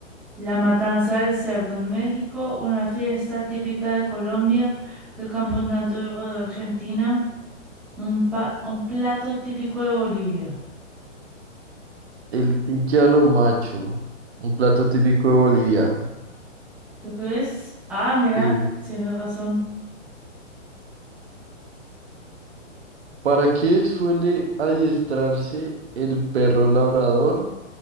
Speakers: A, in the centre; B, on the right (about 55°).
A: La matanza del cerdo en México, una fiesta típica de Colombia, el campeonato de rodeo Argentina, un, pa- un plato típico de Bolivia.
B: El pique a lo macho. Un plato típico de Bolivia.
A: ¿Tú crees? Ah, mira,
B: Sí.
A: tienes razón.
B: ¿Para qué suele adiestrarse el perro labrador?